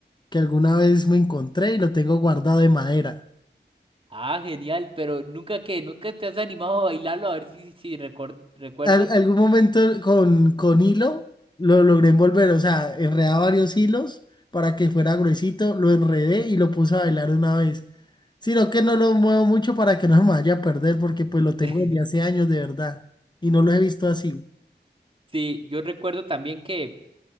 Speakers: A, on the left; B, on the right.
A: que alguna vez me encontré y lo tengo guardado de madera.
B: Ah, genial, pero nunca que, nunca te has animado a bailarlo, a ver si, si recor- recuerdas.
A: al- algún momento con, con hilo lo logré envolver, o sea, enredaba varios hilos para que fuera gruesito, lo enredé y lo puse a bailar una vez. Sino que no lo muevo mucho para que no se me vaya a perder, porque pues lo
B: <laughs>
A: tengo desde hace años de verdad y no lo he visto así.
B: Sí, yo recuerdo también que,